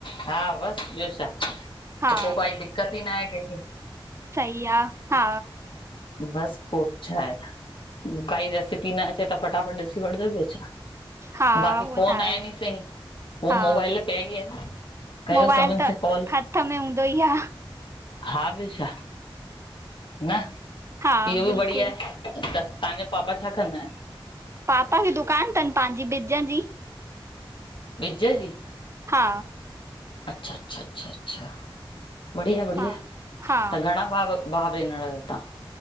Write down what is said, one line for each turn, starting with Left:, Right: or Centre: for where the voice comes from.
Left: हा बसि ॿियो छा त
Right: हा
Left: पो काई दिक़त ई न आहे कंहिंखे।
Right: सही आ, हा।
Left: बस पो छा आहे, काई रेसिपी न अचे त फटाफट ॾिसी वठजो ॿियो छा।
Right: हा
Left: बाक़ी
Right: उहो
Left: फोन
Right: त आहे
Left: आहेन ई सही उ
Right: हा
Left: मोबाइल पिया ई आहेन। कयो
Right: मोबाइल
Left: सभिनि
Right: त
Left: से कॉल।
Right: हथ में हूंदो ई आ
Left: हा बि छा? न
Right: हा
Left: इहो बि
Right: बिल्कुलु
Left: बढ़िया आए, त तव्हांजा पापा छा कंदा आहिन?
Right: पापा जी दुकान तनि पांजी बिजां जी।
Left: बिज जी?
Right: हा,
Left: अच्छा अच्छा अच्छा अच्छा, बढ़िया-बढ़िया
Right: हा हा
Left: त घणा भाव भा बेनड़ आयो तां?